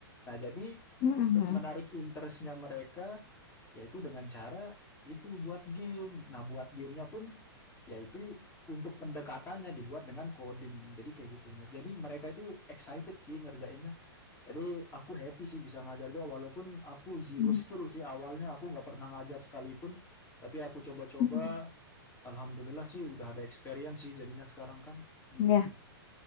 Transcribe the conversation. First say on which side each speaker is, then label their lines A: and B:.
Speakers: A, on the left; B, on the left.
A: Nah jadi
B: Mhm,
A: untuk
B: mhm,
A: menarik interestnya mereka, yaitu dengan cara itu buat game. Nah, buat gamenya pun yaitu untuk pendekatannya dibuat dengan coding. Jadi kayak gitu. Jadi mereka itu excited sih ngerjainnya. Jadi aku happy sih bisa ngajar Jawa walaupun aku zero
B: mhm,
A: skill sih awalnya aku nggak pernah ngajar sekalipun. Tapi aku coba-coba,
B: mhm.
A: alhamdulillah sih udah ada experience sih jadinya sekarang kan gitu.
B: Iya.